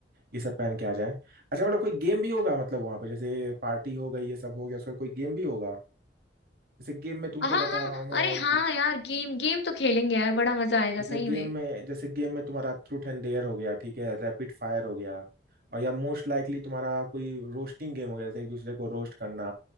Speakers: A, on the right; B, on the left.
A: ये सब पहन के आ जाएं अच्छा मतलब कोई गेम भी होगा मतलब वहां पे जैसे पार्टी हो गई ये सब हो गया उसका कोई गेम भी होगा जैसे गेम में तुमको
B: हाँ हाँ
A: बता रहा हूँ मैं
B: अरे हाँ
A: कि
B: यार गेम गेम तो खेलेंगे यार बड़ा मजा आएगा
A: जैसे
B: सही
A: गेम
B: में
A: में जैसे गेम में तुम्हारा ट्रूथ एंड डेयर हो गया ठीक है रैपिड फायर हो गया और या मोस्ट लाइकली तुम्हारा कोई रोस्टिंग गेम हो गया जैसे एक दूसरे को रोस्ट करना